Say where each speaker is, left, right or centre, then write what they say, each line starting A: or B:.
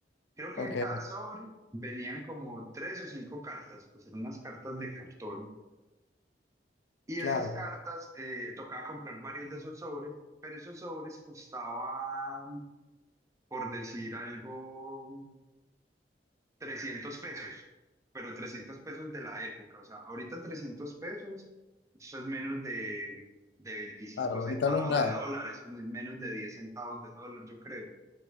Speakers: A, on the right; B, on the left.
A: Creo que
B: Ok,
A: en cada sobre venían como tres o cinco cartas, pues eran unas cartas de cartón. Y
B: claro,
A: esas cartas,
B: claro,
A: eh, tocaba comprar varios de esos sobres, pero esos sobres costaban, por decir algo, 300 pesos, pero 300 pesos de la época, o sea, ahorita 300 pesos, eso es menos de, de 25
B: claro,
A: centavos
B: ahorita no es nada.
A: de dólar, eso no es menos de 10 centavos de dólar, yo creo,